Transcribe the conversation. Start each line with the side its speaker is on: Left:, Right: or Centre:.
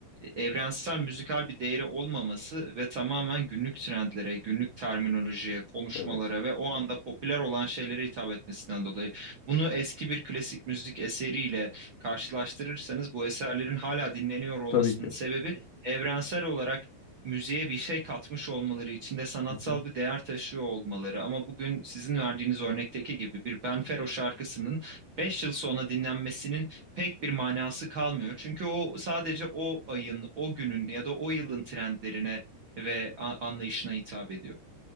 Right: evrensel müzikal bir değeri olmaması ve tamamen günlük trendlere, günlük terminolojiye, konuşmalara
Left: Evet.
Right: ve o anda popüler olan şeylere hitap etmesinden dolayı. Bunu eski bir klasik müzik eseriyle karşılaştırırsanız bu eserlerin hala dinleniyor olmasının
Left: Tabii ki.
Right: sebebi evrensel olarak müziğe bir şey katmış olmaları, içinde sanatsal
Left: <laughs>
Right: bir değer taşıyor olmaları. Ama bugün sizin verdiğiniz örnekteki gibi bir Ben Fero şarkısının 5 yıl sonra dinlenmesinin pek bir manası kalmıyor. Çünkü o sadece o ayın, o günün ya da o yılın trendlerine ve a- anlayışına hitap ediyor.